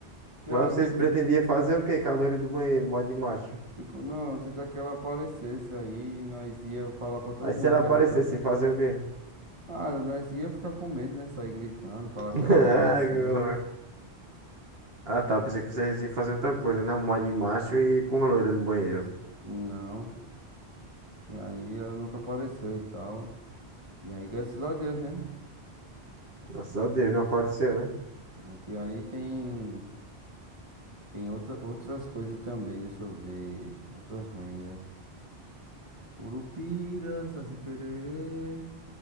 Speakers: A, on the right; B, on the right.
A: Já
B: Mas
A: tipo,
B: vocês pretendiam fazer o quê com a loira do banheiro? Mó de macho.
A: Tipo, não, tentar que ela aparecesse aí, nós ia falar pra todo
B: Aí
A: mundo
B: se ela
A: que
B: aparecesse,
A: ela. apa-
B: fazer o quê?
A: Ah, nós ia ficar com medo, né? Sair gritando, falar
B: <laughs>
A: que ela apareceu.
B: Ah, Ah, tá. eu Pensei que vocês iam fazer outra coisa, né? Um mod de macho e com a loira no banheiro.
A: Não. E aí ela nunca apareceu e tal. E aí, graças a Deus, né?
B: Graças a Deus, não apareceu, né?
A: Pronto, E aí tem, tem outra, outras coisas também, deixa eu ver. Outras lendas. Curupira, Saci Pererê,